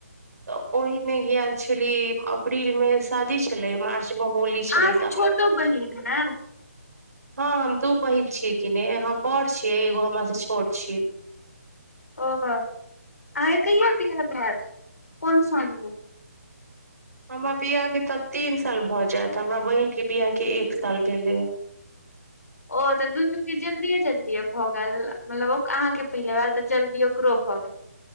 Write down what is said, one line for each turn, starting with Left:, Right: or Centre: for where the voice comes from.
Right: तऽ ओहिमे गैल छलीए अप्रील मे स शादी छेलै, मार्च मे होली छेलै
Left: अहाँ से
Right: त
Left: छोटो बहिन है
Right: हां हम दू बहीन छियै कि नै हम बड़ छियै, एगो हमरा से छोट छियै।
Left: ओ अहांके कहिया बियाह भेल कोन साल में।
Right: हमर बियाह के त अब तीन साल भऽ जाएत, हमरा बहिन के बियाह एक साल भेलै ये।
Left: ओ तऽ दुनू के जल्दिए जल्दिए भऽ गेल मतलब ओ अहाँके पहिले बार तऽ जल्दीए ओकरो भऽ गेल।